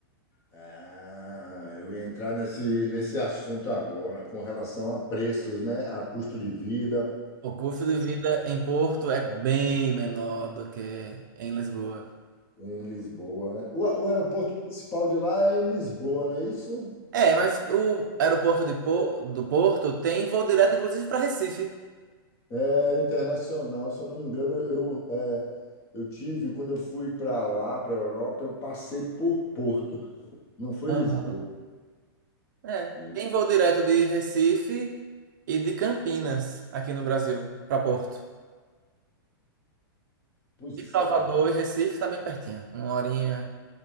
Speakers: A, on the left (about 20°); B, on the right (about 50°).
A: Ah, eu ia entrar nesse, nesse assunto agora, com relação a preços, né? A custo de vida
B: O custo de vida em Porto é bem menor do que em Lisboa.
A: em Lisboa, né? O, a- o aeroporto principal de lá é em Lisboa, não é isso?
B: É, mas o aeroporto de Po- do Porto tem voo direto, inclusive, para Recife.
A: É internacional, se eu não me engano, eu, é, eu tive, quando eu fui para lá, para a Europa, eu passei por Porto, não foi
B: Aham.
A: Lisboa.
B: É,
A: E,
B: tem voo direto de Recife e de Campinas, aqui no Brasil, para Porto.
A: Pois
B: E Salvador
A: é.
B: e Recife tá bem pertinho. Uma horinha,